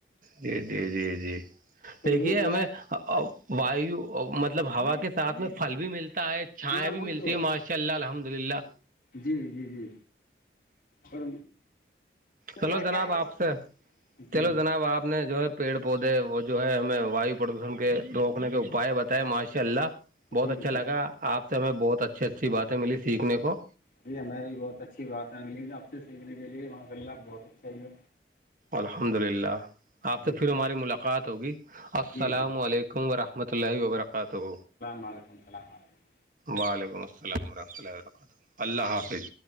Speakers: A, on the right (about 45°); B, on the left (about 50°).
A: جی جی جی جی
B: تو
A: دیکھیے
B: لوگ وغیرہ
A: ہمیں وایو مطلب ہوا کے ساتھ میں پھل بھی ملتا ہے چھائیاں
B: ہاں
A: بھی
B: وہی
A: ملتی
B: تو
A: ہے ماشاء اللہ الحمد للہ
B: جی جی جی اور وغیرہ
A: چلو جناب
B: کیا ہے یہ
A: آپ سے
B: جی
A: چلو جناب آپ نے جو ہے پیڑ پودے وہ جو ہے ہمیں وایو پردوشن کے روکنے کے اپائے بتائے ماشاء اللہ بہت
B: جی
A: اچھا
B: جی
A: لگا آپ سے ہمیں بہت اچھی اچھی باتیں ملی سیکھنے کو
B: جی ہمیں بھی بہت اچھی بات ہے ملی آپ سے سیکھنے کے لیے ماشا اللہ بہت اچھا ہی ہے
A: الحمد للہ آپ سے پھر
B: للہ
A: ہماری ملاقات ہوگی السلام
B: جی جی
A: علیکم ورحمۃ اللہ وبرکاتہ
B: وعلیکم السلام رحمۃہ
A: وعلیکم السلام ورحمۃ اللہ و ببرکاتہ اللہ حافظ